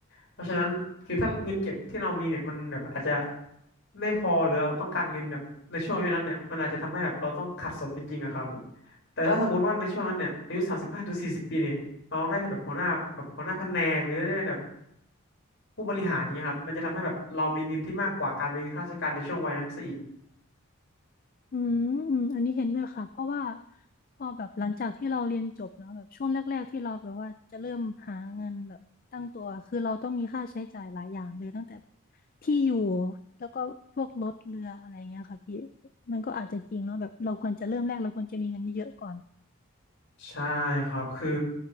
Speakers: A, on the left; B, on the left.
A: เพราะฉะนั้นคือถ้าเงินเก็บที่เรามีเนี่ยมันแบบอาจจะไม่พอหรือเราต้องการเงินแบบในช่วงอายุนั้นเนี่ยมันอาจจะทำให้แบบเราต้องขัดสนจริงๆอะครับ แต่ถ้าสมมติว่าในช่วงนั้นเนี่ยอายุสามสิบห้าถึงสี่สิบปีเนี่ยน้องได้เป็นแบบหัวหน้าแบบหัวหน้าแผนกหรือได้เป็นแบบผู้บริหารเนี่ยครับมันจะทำให้แบบเรามีเงินที่มากกว่าการเป็นข้าราชการในช่วงวัยนั้นซะอีก
B: อืมอืมอันนี้เห็นด้วยค่ะเพราะว่าพอแบบหลังจากที่เราเรียนจบเนาะแบบช่วงแรกๆที่เราแบบว่าจะเริ่มหาเงินแบบตั้งตัวคือเราต้องมีค่าใช้จ่ายหลายอย่างเลยตั้งแต่แบบที่อยู่แล้วก็พวกรถเรืออะไรเงี้ยค่ะพี่มันก็อาจจะจริงเนาะแบบเราควรจะเริ่มแรกเราควรจะมีเงินเยอะๆก่อน
A: ใช่ครับ คือ